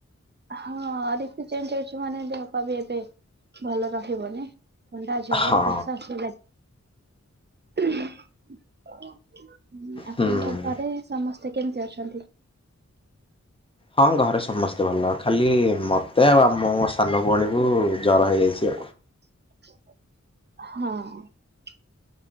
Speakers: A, on the right (about 35°); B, on the left (about 20°).
A: ହଁ ଋତୁ ଚେଞ୍ଜ ହୋଉଚି ମାନେ ଦେହ ପା ବି ଏବେ ଭଲ ରହିବନି। ଥଣ୍ଡା ଜର
B: ହଁ
A: କାଶ ହଁ ଆପଣଙ୍କ
B: ହୁଁ।
A: ଘରେ ସମସ୍ତେ କେମିତି ଅଛନ୍ତି?
B: ହଁ ଘରେ ସମସ୍ତେ ଭଲ, ଖାଲି ମତେ ଆଉ ଆମ ମୋ ସାନ ଭଉଣୀକୁୁ ଜର ହେଇଯାଇଛି
A: ହଁ।
B: ଆଉ।